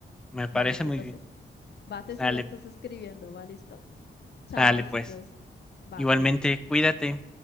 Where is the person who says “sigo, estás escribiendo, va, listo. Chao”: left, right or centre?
Left